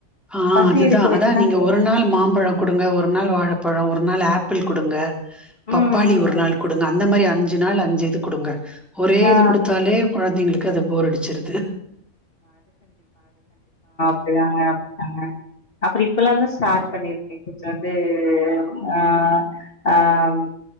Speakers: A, in the centre; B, on the left (about 40°).
A: ஆஹ்
B: பசி
A: அதுதான்
B: எடுக்க
A: அதான்
B: வச்சுதா
A: நீங்க ஒரு நாள் மாம்பழ கொடுங்க ஒரு நாள் வாழைப்பழ ஒரு நாள் ஆப்பிள் கொடுங்க பப்பாளி
B: ம் ம்
A: ஒரு நாள் கொடுங்க அந்த மாரி அஞ் அஞ்சி நாள் அஞ்சி இது கொடுங்க ஒரே
B: ம் ஆ
A: இது குடுத்தாலே குழந்தைங்களுக் கத போர் அடிச்சிருது
B: <unintelligible> அப்புற இப்பல்லாதா ஸ்டார்ட் பண்ணிருக்கே கொஞ்ச வந்து ஆஹ் ஆஹ்